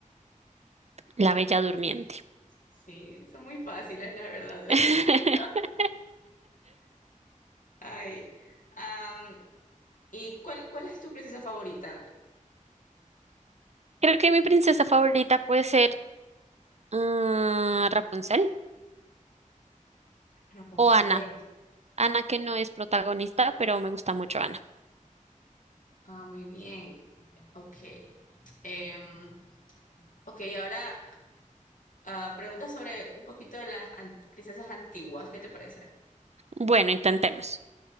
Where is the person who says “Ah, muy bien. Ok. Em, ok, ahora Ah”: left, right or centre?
Left